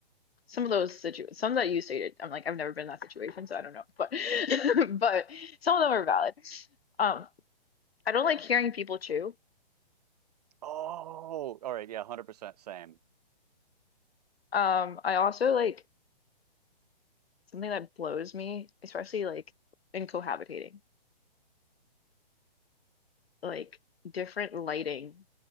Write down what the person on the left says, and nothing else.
some of those situ some that you stated. I'm like I've never been in that situation, so I don't know, but <laughs> but some of them are valid. Um. I don't like hearing people chew.
Um, I also like something that blows me, especially like in cohabitating, like different lighting